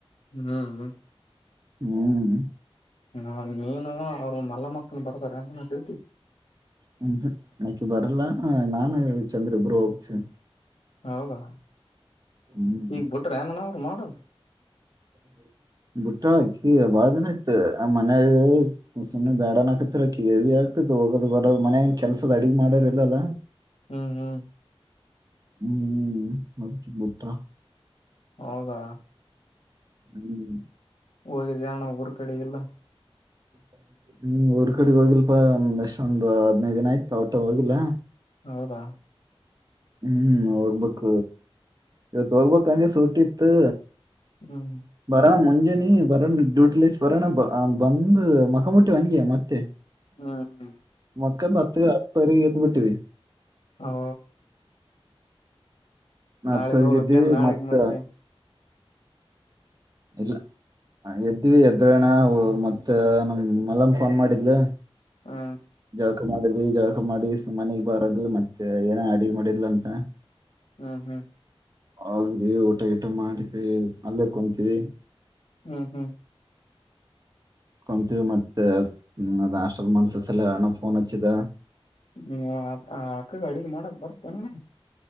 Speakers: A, on the left (about 85°); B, on the right (about 40°).
A: ಹ್ಮ್.
B: ಹ್ಮ್.
A: ಹಾ ನೀನು ಅವ್ರು ಮಲ್ಲಮಕ್ಕನು ಬರ್ <unintelligible> ಡ್ಯೂಟಿಗಿ.
B: ಹ್ಮ್ ಹ್ಮ್ ಅಕ್ಕಿ ಬರಲ್ಲ ನಾನ ಚಂದ್ರ ಇಬ್ಬರೇ ಹೋಗ್ತಿವಿ.
A: ಹೌದಾ
B: ಹ್ಮ್
A: ಈಗ ಬಿಟ್ರ ಏನ್ ಅಣ್ಣ ಅವ್ರು ಮಾಡದ.
B: <inaudible> ಬಿಟ್ಟಾಳ್ ಅಕಿ ಬಾಳ್ ದಿನ ಆಯ್ತ. ಆ ಮನೆಗ ಸುಮ್ಮನೆ ಬ್ಯಾಡನಕತ್ತೀರಾ ಅಕಿ <unintelligible> ಹೋಗೋದ ಬರದ ಮನೇಗ ಕೆಲ್ಸದ ಅಡಿಗಿ ಮಾಡೋರ್ ಇಲ್ಲ ಅಲ್ಲಾ.
A: ಹ್ಮ್ ಹ್ಮ್.
B: ಹ್ಮ್ ಅದ್ಕೆ ಬಿಟ್ಟಳ.
A: ಹೌದಾ.
B: ಹ್ಮ್.
A: ಹೋಗಿದ್ಯಾ ಅಣ್ಣ ಊರ್ ಕಡಿಗೆಲ್ಲಾ.
B: <inaudible> ಹ್ಮ ಊರ್ ಕಡಿ ಹೋಗಿಲ್ಪಾ ಎಷ್ಟೊಂದ ಹದನೈದ್ ದಿನ ಆಯ್ತ ಒಟ್ಟ ಹೋಗಿಲ್ಲಾ.
A: ಹೌದಾ.
B: ಹ್ಮ್ ಹೋಗ್ಬೇಕ ಇವತ್ ಹೋಗ್ಬೇಕ ಅಂದೇ ಸೂಟ್ಟಿತ್ತ.
A: ಹ್ಮ್.
B: ಬರಣ ಮುಂಜನಿ ಬರಣ್ ಡ್ಯೂಟಿ ಲೇಸ್ ಬರಣ ಬಂದ ಮಕ್ಕಬುಟ್ಟಿವಿ ಹಂಗೆ. ಮತ್ತೆ
A: ಹ್ಮ್
B: ಮಕಂದ ಹತ್ತ ಹತ್ತುವರಿಗಿ ಎದ್ದು ಬಿಟ್ಟಿವಿ.
A: ಹೌ
B: ಹತ್ತುವರೆಗೆ
A: ನಾಳಿಗಿ ಹೋಗ್ಬೇಕ
B: ಎದ್ದಿವಿ
A: ಏನ್ ನಾಳಿಗಿ
B: ಮತ್ತ
A: ಮತ್ತೆ.
B: ಇಲ್ಲ ಎದ್ದೀವಿ ಎದ್ದಳಣ ಮತ್ತ ನಮ್ಮ ಮಲ್ಲಮ್ಮ ಫೋನ್ ಮಾಡಿದ್ಲ.
A: ಹಾ.
B: ಜಳ್ಕ ಮಾಡಿದ್ವಿ ಜಳ್ಕ ಮಾಡಿ ಸುಮ್ಮ್ ಮನಿಗಿ ಬಾರಂದಿವಿ ಮತ್ತೆ ಏನ ಅಡಿಗಿ ಮಾಡಿದ್ಲ ಅಂತ.
A: ಹ್ಮ್ ಹ್ಮ್.
B: ಹೋಗೀದವಿ ಊಟ ಗಿಟ ಮಾಡಿದ್ವಿ ಅಲ್ಲೇ ಕುಂತವಿ.
A: ಹ್ಮ ಹ್ಮ
B: ಕುಂತ್ವಿ ಮತ್ತೆ ಅದ್ ಅದ್ ಹಾಸ್ಟೆಲ್ ಮಾಡ್ಸು ಸಲವಾಗಿ ಅಣ್ಣಾ ಫೋನ್ ಹಚ್ಚಿದ.
A: ಹ್ಮ್ ವಾ ಅಕ್ಕಗ ಅಡಿಗಿ ಮಾಡಾಕ ಬರತ್ತನ.